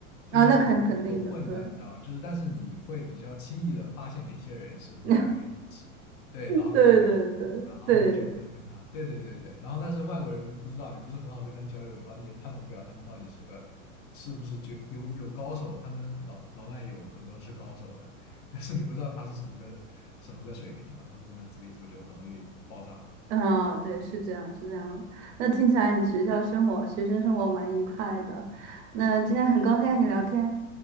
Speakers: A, on the left; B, on the right.
A: 就是国人有混的，
B: 啊，那肯肯定的，对
A: 你知道吗？就是但是你会比较轻易的发现哪些人是不怎么愿意做事，
B: <laughs>
A: 对，然后哪些人怎么啊，
B: 对对对对。
A: 然后你就来跟他，对对对对对，然后但是外国人就不知道，你不是很好跟他交流，然后你也判断不了他们到底是个是不是绝有有高手，他们老老外有很多是高手的，<laughs> 但是你不知道他是什么个什么个水平，然后就跟他组一组就很容易爆炸。
B: <laughs> 嗯，对，是这样，是这样。那听起来你学校生活、学生生活蛮愉快的。那今天很高兴和你聊天，